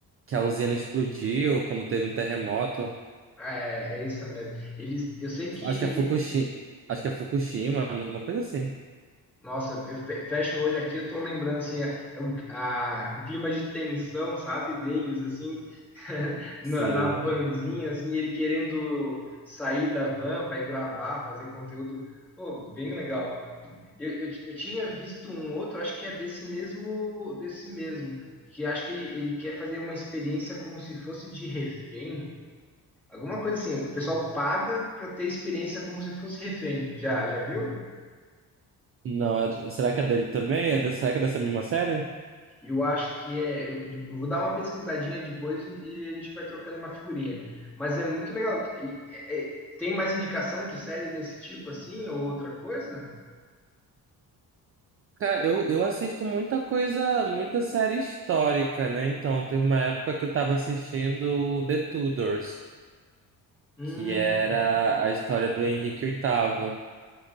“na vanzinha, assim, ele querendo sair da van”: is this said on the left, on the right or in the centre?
Centre